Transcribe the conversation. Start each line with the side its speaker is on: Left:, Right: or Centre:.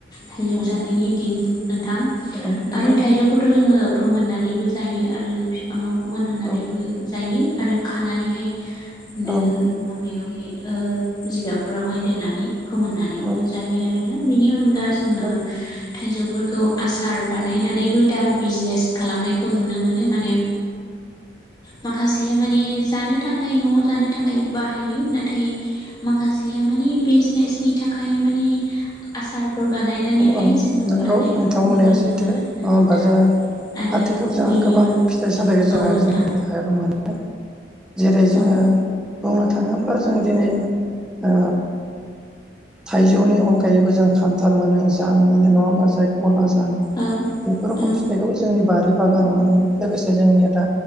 Left: थाइजौ
Centre: औ
Left: जानायनि दिन नोंथां
Centre: औ नंगौ
Left: आरो थाइजौखौथ' जोङो फोमोननानैबो जायो आरो बिफाङाव मोनहोनानैबो
Centre: औ
Left: जायो आरो खानानैहाय बिदिनो
Centre: औ
Left: माबायावहाय जिगाबफोरावहाय दोननानै फोमोननानैबो
Centre: औ
Left: जायो आरोना बेनि अनगा जोङो
Centre: औ
Left: थाइजौफोरखौ आसार बानायनानैबो दा बिजनेस खालामनायखौ नुनो मोनो माने माखासेया माने जानो थाखाय न'आव जानो थाखाय बाहायो नाथाय माखासेया माने बिजनेसनि थाखाय माने आसार फोर बानायनानैहाय
Centre: औ
Left: जोङो
Centre: नंगौ
Left: फाननायखौ
Centre: नोंथां बुंनाया
Left: नुनो
Centre: सैथो
Left: मोनो
Centre: नङा
Left: आरोना नोंथां
Centre: होमबा जोङो
Left: आरो
Centre: आथिखालाव जोंहा
Left: बेनि
Centre: गोबां
Left: अन
Centre: फिथाइ सामथाइखौ जोंहा
Left: औ नोंथां
Centre: जोंनि हायाव मोनो जेरै जोङो
Left: औ
Centre: बुंनो थाङोब्ला जों दिनै ओ थाइजौनि अनगायैबो जों खान्थाल मोनो जाम मोनो नङा होमबा जाय गला <unintelligible> जाम
Left: औ
Centre: बेफोर रखम
Left: औ
Centre: फिथाइखौ जोंनि बारि बागानाव नुनो मोनो लोगोसे जोंनिया दा